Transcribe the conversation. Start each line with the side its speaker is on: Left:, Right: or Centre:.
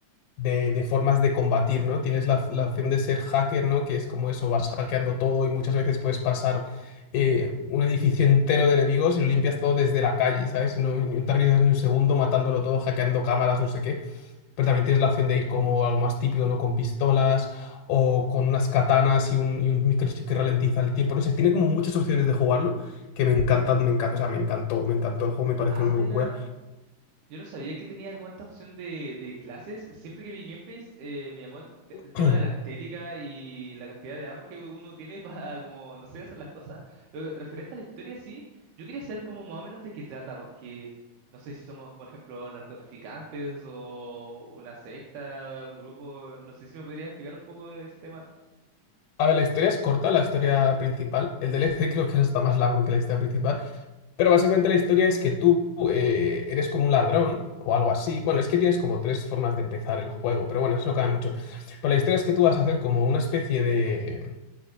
Left: de, de formas de combatir, ¿no? Tienes la, la opción de ser hacker, ¿no? Que es como eso, vas hackeando todo y muchas veces puedes pasar eh, un edificio entero de enemigos y lo limpias todo desde la calle, ¿sabes? Y no, y no te arriesgas ni un segundo matándolo todo, hackeando cámaras, no sé qué. Pero también tienes la opción de ir como a lo más típico, ¿no? Con pistolas o con unas katanas y un, y un microchip que ralentiza el tiempo. No sé, tiene como muchas opciones de jugarlo que me encantan, me enca- o sea, me encantó, me encantó el juego, me pareció
Right: Ah,
Left: una
Right: mira.
Left: locura.
Right: Yo no sabía que tenía como esta opción de, de clases. Siempre que vi gameplays, eh, me llamó el, te- el tema
Left: <clears throat>
Right: de la estética y la cantidad de armas que uno tiene <laughs> para, como, no sé, hacer las cosas. Lo que- referente a la historia, sí, yo quería saber como más o menos de qué trata, porque no sé si somos, por ejemplo, narcotraficantes o una secta, un grupo. No sé si me podría explicar un poco de ese tema.
Left: A ver, la historia es corta, la historia principal. El DLC <laughs> creo que es hasta más largo que la historia principal. Pero básicamente la historia es que tú eh, eres como un ladrón o algo así. Bueno, es que tienes como tres formas de empezar el juego, pero bueno, eso no cabe mucho. Pero la historia es que tú vas a hacer como una especie de,